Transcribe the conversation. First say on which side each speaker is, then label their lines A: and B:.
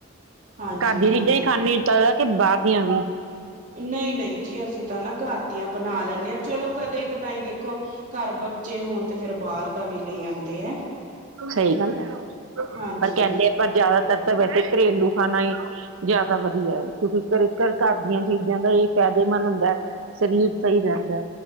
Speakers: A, on the right; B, on the right.
A: ਹਾਂਜੀ
B: ਘਰ ਦੀ
A: ਹਾਂਜੀ
B: ਚੀਜ਼ਾਂ ਈ ਖਾਣੀ ਜਾਦਾ ਕੇ ਬਾਹਰ ਦੀਆਂ ਵੀ?
A: ਨਈ-ਨਈ ਜੀ ਅਸੀ ਤਾਂ ਨਾ ਘਰ ਦੀਆਂ ਬਣਾ ਲੈਣੇ ਆ, ਚਲੋ ਕਦੇ ਕਦਾਈ ਦੇਖੋ ਘਰ ਬ ਚੇ ਹੋਣ, ਤੇ ਫੇਰ ਬਾਰ ਦਾ ਵੀ ਲੈ ਆਂਦੇ ਐ।
B: ਸਈ ਗੱਲ ਐ,
A: ਹਾਂਜੀ
B: ਪਰ ਕੇਂਦੇ ਪਰ ਤਰ ਤਾ ਵੈਸੇ ਈ ਘਰੇਲੂ ਖਾਣਾ ਈ, ਜ਼ਿਆਦਾ ਵਧੀਆ ਐ। ਕਿਉਂਕਿ ਘਰੇ ਘਰ-ਘਰ ਦੀਆਂ ਚੀਜ਼ਾਂ ਦਾ ਇਹ ਫਾਇਦੇਮੰਦ ਐ, ਸਰੀਰ ਸਈ ਰੈਂਦੇ।